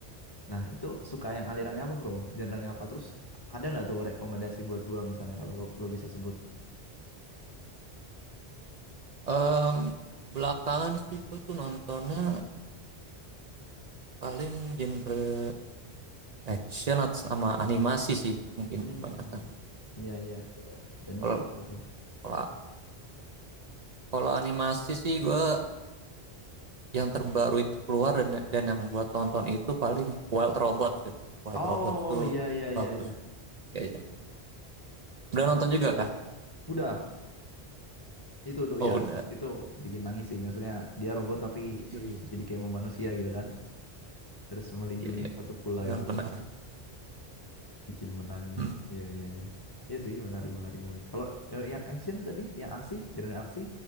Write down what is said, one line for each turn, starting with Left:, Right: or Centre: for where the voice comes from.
Left: Nah, itu suka yang alirannya apa, bro? Genre-nya apa? Terus ada nggak tuh rekomendasi buat gua misalnya kalau lu, lu bisa sebut?
Right: Em, belakangan sih gue tuh nontonnya paling genre action atau sama animasi sih mungkin
Left: Hmm.
Right: kebanyakan.
Left: Iya, iya. Dan
Right: Kalau
Left: itu apa, bro?
Right: kalau kalau animasi sih gue yang terbaru itu keluar dan dan yang gue tonton itu paling Wild Robot sih. Wild
Left: Oh,
Right: Robot tuh
Left: iya, iya,
Right: bagus.
Left: iya, iya.
Right: Ya ya. Udah nonton juga kah?
Left: Udah, Itu tuh
Right: Oh
Left: ya,
Right: udah.
Left: itu bikin nangis sih. Maksudnya dia robot tapi
Right: Iya
Left: jadi kayak mau manusia gitu kan. Terus melindungi
Right: iya.
Left: satu pula
Right: Benar-benar.
Left: gitu. Bikin menangis.
Right: Hmm,
Left: Iya, iya, iya. Iya sih, menarik, menarik, menarik. Kalau eh, yang action tadi, yang aksi, kira-kira aksi,